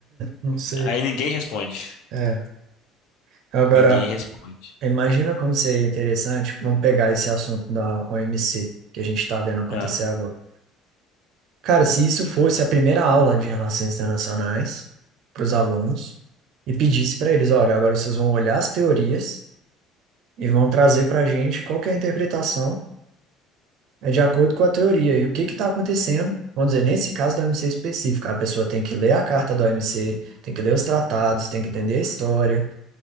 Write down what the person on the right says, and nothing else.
não sei.
É. Agora.
Imagina como seria interessante, vamos pegar esse assunto da OMC que a gente está vendo acontecer
agora. Cara, se isso fosse a primeira aula de relações internacionais para os alunos e pedisse para eles, olha, agora vocês vão olhar as teorias e vão trazer para a gente qual que é a interpretação é de acordo com a teoria e o que que está acontecendo. Vamos dizer, nesse caso da OMC específica, a pessoa tem que ler a carta da OMC, tem que ler os tratados, tem que entender a história,